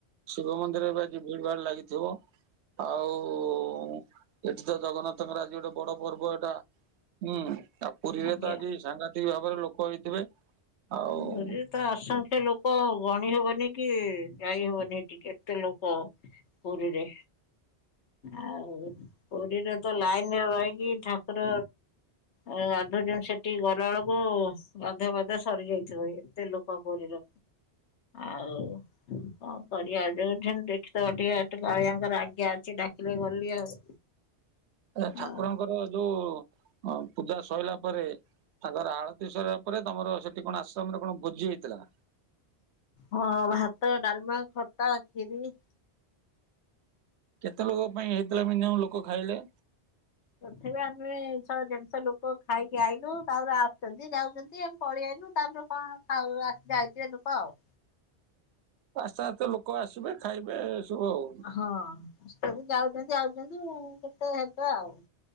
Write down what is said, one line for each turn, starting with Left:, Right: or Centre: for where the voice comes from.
Right: ଶିବ ମନ୍ଦିର ବି, ଆଜି ଭିଡ ଭାଡ ଲାଗିଥିବ। ଆଉ। ଏଠି ତ ଜଗନ୍ନାଥଙ୍କର ଆଜି ଗୋଟେ ବଡ଼ ପର୍ବ ଏଟା। ହୁଁ, ଆଉ ପୁରୀରେ
Left: ଆଜ୍ଞା।
Right: ତ ଆଜି ସାଙ୍ଘା ତିକ୍ ଭାବରେ ଲୋକ ହେଇଥିବେ। ଆଉ
Left: ପୁରି। ତ ଅସଂଖ୍ୟ ଲୋକ, ଗଣି ହବନି କି, ଯାଇ ହବନି ହେଟିକି, ଏତେ ଲୋକ। ପୁରୀରେ ଆଉ। ପୁରୀରେ ତ ଲାଇନରେ ରହିକି, ଠାକୁର। ଅ ଗାଧୁଉଛନ୍ତି ସେଠିକି ଗଲାବେଳକୁ ଗାଧୁଆ ପାଧୁଆ ସ ସରି ଯାଇଥିବଏତେଲୋକ ପୁରୀର, ଆଉ। କଁ କରିବା, ଯୋଉଠିନ ଦେଖିଦବ ଟିକେ କାଳିଆଙ୍କର ଆଜ୍ଞା ଅଛି, ଡାକିଲେ ଗଲି ଆଉ।
Right: ଏ
Left: ଆଉ
Right: ଠାକୁରଙ୍କର ଯୋଉ ପୂଜା ଅଁ ସଇଲା ପରେ। ତାଙ୍କର ଆଳତୀ ସରିବା ପରେ, ତମର ସେଠି କଣ ଆଶ୍ରମରେ କଣ ଭୋଜି ହେଇଥିଲା।
Left: ହଁ, ଭାତ, ଡାଲମା, ଖଟା, ଖିରି।
Right: କେତେ ଲୋକଙ୍କ ପାଇଁ ହେଇଥିଲା ମିନିମମ୍ ଲୋକ ଖାଇଲେ।
Left: ତଥାପି ଆମେ ଶହେ, ଦେଢ଼ ଶହ ଲୋକ ଖାଇକି ଆଇଲୁ। ତାପରେ ଆସୁଛନ୍ତି, ଯାଉଛନ୍ତି, ଆମେ ପଳେଇ ଆଇଲୁ। ତା ପରେ କଣ ଖାଉ ଆସ ଯାଉ ଥିବେ ଲୋକ, ଆଉ।
Right: ହଁ ଆସ୍ତେ, ଆସ୍ତେ ଲୋକ ଆସିବେ, ଖାଇବେ, ଏ ସବୁ ଆଉ।
Left: ହଁ ଆସୁଛନ୍ତି ଯାଉଛନ୍ତି‌ ଆଉଛନ୍ତି କେତେ ହେବେ ଆଉ।